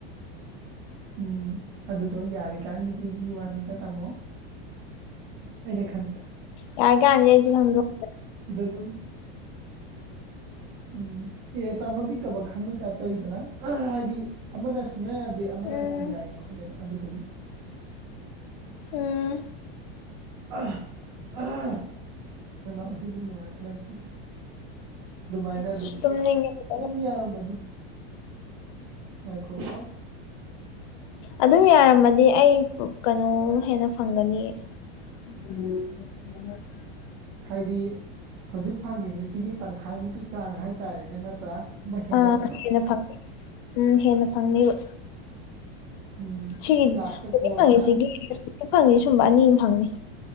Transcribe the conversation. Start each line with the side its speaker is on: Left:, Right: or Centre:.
Right: ꯎꯝ ꯑꯗꯨꯞ ꯗꯣ ꯌꯥꯔꯤꯀꯥꯟꯒꯤꯗꯨꯗꯤꯏ ꯋꯥꯅꯤꯗ ꯇꯥꯝꯃꯣ ꯑꯩꯅ ꯈꯪꯕꯗ
Left: ꯌꯥꯔꯤ ꯀꯥꯟꯁꯤꯗ ꯑꯩꯁꯨ ꯁꯥꯝꯗꫭꯛ
Right: ꯑꯗꯣ ꯑꯗꯨꯝ ꯎꯝ ꯑꯦ ꯇꯥꯃꯣꯗꯤ ꯀꯕꯛ ꯈꯪꯕꯩ ꯇꯥꯏꯞ ꯇꯧꯌꯤꯗꯅ ꯑꯥ ꯍꯥꯏꯗꯤ ꯑꯃꯅ ꯁꯨꯡꯌꯥ ꯌꯥꯗꯦ ꯑꯃꯅ
Left: ꯎꯝ
Right: ꯑꯗꯨꯝ ꯌꯥꯏ ꯈꯣꯠꯂꯦꯅ ꯑꯗꯨꯗꯨꯒꯤ
Left: ꯎꯝ
Right: <inaudible> ꯈꯅꯥꯎꯁꯦ ꯑꯗꯨꯝ ꯅꯨꯡꯉꯥꯏ ꯈꯜꯂꯛꯇꯦ ꯑꯗꯨꯃꯥꯏꯅ ꯑꯗꯨꯝ
Left: ꯑꯁ ꯇꯨꯝꯅꯤꯡꯉꯦ ꯐꯖꯅ
Right: ꯑꯗꯨꯝ ꯌꯥꯔꯝꯃꯗꯤ ꯉꯥꯏꯈꯣꯀꯣ
Left: ꯑꯗꯨꯝ ꯌꯥꯔꯝꯃꯗꯤ ꯑꯩ ꯀꯩꯅꯣ ꯍꯦꯟꯅ ꯐꯪꯒꯅꯤꯌꯦ <unintelligible> <unintelligible>
Right: ꯍꯥꯏꯗꯤ ꯍꯧꯖꯤꯛ ꯐꯪꯉꯤꯁꯤ ꯁꯤꯒꯤ ꯇꯪꯈꯥꯏꯃꯨꯛꯀꯤ ꯆꯥꯡ ꯍꯥꯏꯇꯥꯔꯦꯅꯦ ꯅꯠꯇ꯭ꯔꯥ ꯑꯃ ꯍꯦꯟꯒꯠꯄꯗꯣ
Left: ꯑꯥ ꯍꯦꯟꯅ ꯐꯪꯅꯤ ꯎꯝ ꯍꯦꯟꯅ ꯐꯪꯅꯤꯕ
Right: ꯎꯝ
Left: ꯁꯤꯒꯤ
Right: ꯂꯥꯛꯇ
Left: ꯍꯧꯖꯤꯛ
Right: ꯀꯣꯔ
Left: ꯐꯪꯉꯤꯁꯤꯒꯤ
Right: ꯇꯥꯔꯦ
Left: <unintelligible> ꯍꯧꯖꯤꯛ ꯐꯪꯉꯤ ꯁꯨꯝꯕ ꯑꯅꯤꯃ ꯐꯪꯅꯤ